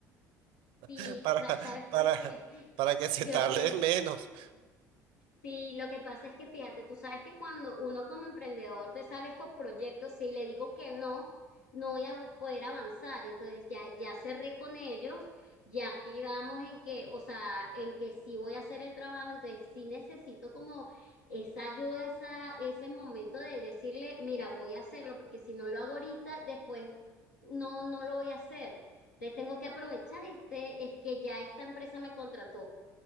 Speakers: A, on the left; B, on the right.
A: Sí,
B: <laughs> para,
A: sa- ¿sabes
B: para,
A: por qué?
B: para que se
A: Yo
B: tarde
A: sé,
B: menos.
A: Sí, lo que pasa es que fíjate, tú sabes que cuando uno como emprendedor te sale estos proyectos, si le digo que no, no voy a poder avanzar. Entonces ya, ya cerré con ellos, ya quedamos en que, o sea, en que sí voy a hacer el trabajo, entonces sí necesito como esa ayuda, esa, ese momento de decirle, mira, voy a hacerlo, porque si no lo hago ahorita, después no, no lo voy a hacer. Entonces tengo que aprovechar este, es que ya esta empresa me contrató.